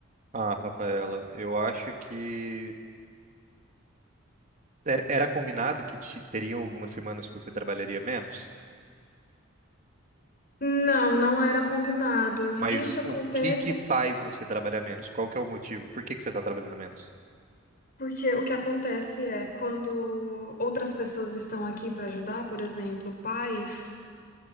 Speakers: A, on the right; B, on the left.
A: Ah, Rafaela, eu acho que era era combinado que te- teriam algumas semanas que você trabalharia menos,
B: Não, não era combinado.
A: mas
B: Isso acontece
A: o que que faz você trabalhar menos? Qual que é o motivo? Por que que você está trabalhando menos?
B: porque o que acontece é quando outras pessoas estão aqui para ajudar, por exemplo, pais.